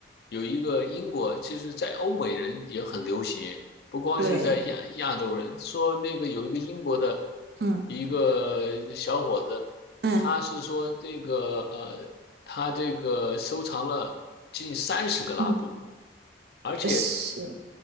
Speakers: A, on the left; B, on the right.
A: 有一个英国，就是在欧美人也很流行，不光是在亚亚洲人，
B: 对，
A: 说那个有一个英国的
B: 嗯
A: 一个小伙子，
B: 嗯
A: 他是说这个呃，他这个收藏了近三十个拉布布，
B: 嗯，
A: 而且
B: 呃是